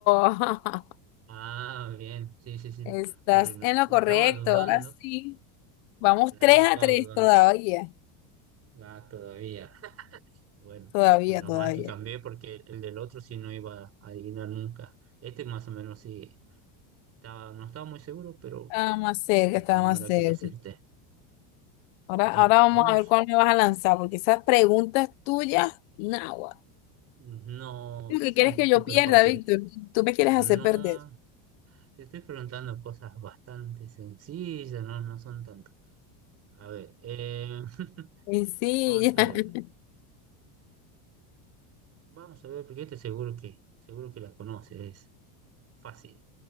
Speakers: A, on the left; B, on the right.
A: <laughs>
B: ah, bien, sí, sí, sí,
A: Estás
B: porque
A: en lo
B: estaba
A: correcto.
B: dudando,
A: Ahora sí. Vamos
B: claro,
A: tres
B: estaba
A: a tres
B: dudando,
A: todavía.
B: va todavía. Bueno,
A: Todavía,
B: menos
A: todavía.
B: mal que cambié porque el del otro sí no iba a adivinar nunca. Este más o menos sí estaba, no estaba muy seguro, pero
A: Estaba más cerca,
B: en
A: estaba
B: buena
A: más
B: hora
A: cerca.
B: que le acerté.
A: Ahora,
B: Bien,
A: ahora vamos
B: vamos.
A: a ver cuál me vas a lanzar, porque esas preguntas tuyas, nagua.
B: No,
A: Lo
B: son
A: que quieres que
B: súper
A: yo pierda,
B: fáciles.
A: Víctor. Tú me quieres
B: No,
A: hacer perder.
B: te estoy preguntando cosas bastante sencillas, no, no son tantas. A ver, eh, <laughs>
A: Y Sí,
B: vamos a
A: ya.
B: ver,
A: <laughs>
B: vamos a ver, porque este seguro que, seguro que la conoces, es fácil.